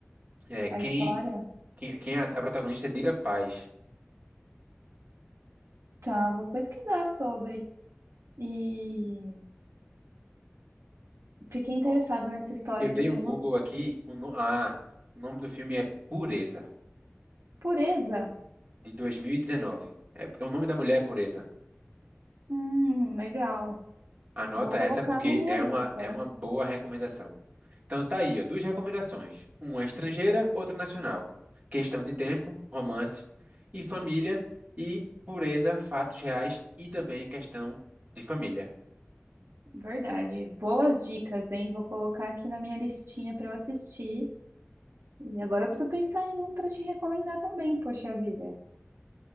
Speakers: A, on the right; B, on the right.
A: É, quem,
B: a história.
A: quem, quem é a, a protagonista é Dira Paz.
B: Tá, vou pesquisar sobre. E fiquei interessada
A: Ó,
B: nessa história,
A: Eu dei
B: assim,
A: um Google
B: vou
A: aqui, o, no- ah, o nome do filme é Pureza,
B: Pureza?
A: de 2019. É, o nome da mulher é Pureza.
B: Hum, legal.
A: Anota
B: Vou colocar
A: essa porque
B: na minha
A: é
B: lista.
A: uma, é uma boa recomendação. Então tá aí, ó, duas recomendações. Uma estrangeira, outra nacional. Questão de tempo, romance e família e pureza, fatos reais e também questão de família.
B: Verdade. Boas dicas, hein? Vou colocar aqui na minha listinha para eu assistir. E agora eu preciso pensar em um para te recomendar também, poxa vida.